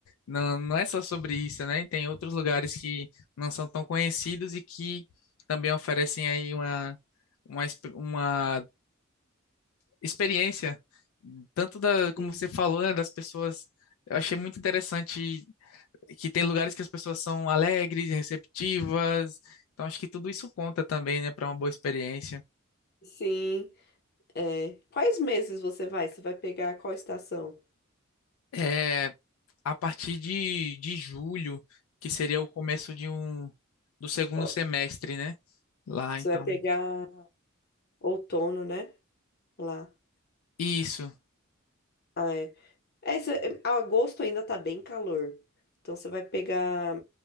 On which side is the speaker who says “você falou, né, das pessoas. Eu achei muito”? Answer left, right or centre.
Left